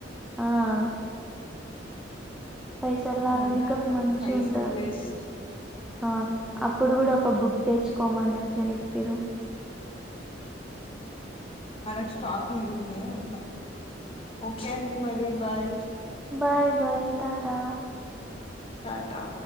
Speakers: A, in the centre; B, on the left.
A: ఆ పైసలు
B: అట్ల
A: లాగనీక
B: అంటే
A: మంచి
B: పైసలు
A: ఉంటారు
B: వేస్ట్
A: ఆ అప్పుడు కూడా ఒక బుక్ తెచ్చు కమ నట్లే ఇట్పిరు
B: అదగ స్టాక్ మిగిలుతుా అంత ఓకే అండి మరి అే bye
A: bye bye tata
B: Tata